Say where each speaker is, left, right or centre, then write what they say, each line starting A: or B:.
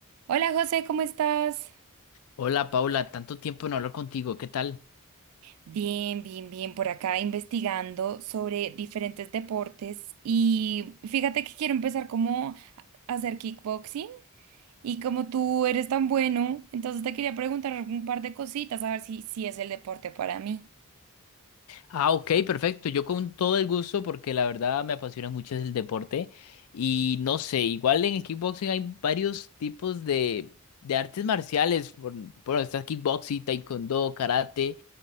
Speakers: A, on the right; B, on the left.
A: Hola José, ¿cómo estás?
B: Hola Paula, tanto tiempo no hablar contigo, ¿qué tal?
A: Bien, bien, bien, por acá investigando sobre diferentes deportes y fíjate que quiero empezar como a hacer kickboxing y como tú eres tan bueno, entonces te quería preguntar un par de cositas a ver si, si es el deporte para mí.
B: Ah, ok, perfecto, yo con todo el gusto porque la verdad me apasiona mucho el deporte y no sé, igual en el kickboxing hay varios tipos de, de artes marciales, por, bueno, está kickboxing, taekwondo, karate,